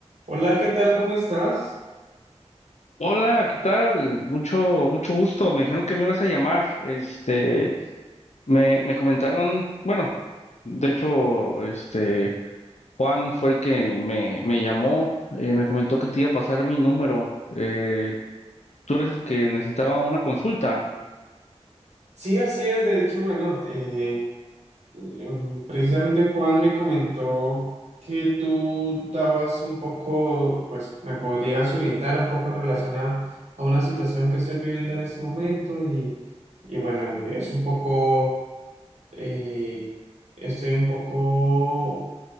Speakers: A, on the right; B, on the left.
A: Hola, ¿qué tal? ¿Cómo estás?
B: Hola, ¿qué tal? Mucho, mucho gusto. Me dijeron que me ibas a llamar. Este, me, me comentaron, bueno, de hecho, este, Juan fue el que me, me llamó, eh, me comentó que te iba a pasar mi número. Eh, tú eres el que necesitaba una consulta.
A: Sí, así es. De hecho, bueno, eh, em, precisamente Juan me comentó que tú dabas un poco, pues me podrías orientar un poco en relación a, a una situación que estoy viviendo en este momento y, y bueno, es un poco, eh, estoy un poco